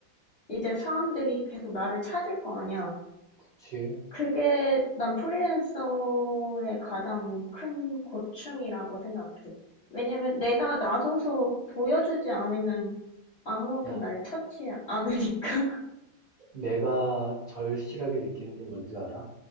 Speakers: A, on the left; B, on the right.
A: 이제 사람들이 계속 나를 찾을 거 아니야.
B: 그치.
A: 그게 난 프리랜서의 가장 큰 고충이라고 생각해. 왜냐면 내가 나서서 보여주지 않으면 아무도
B: 야,
A: 날 찾지 않으니까. <laughs>
B: 내가 절실하게 느끼는 게 뭔지 알아?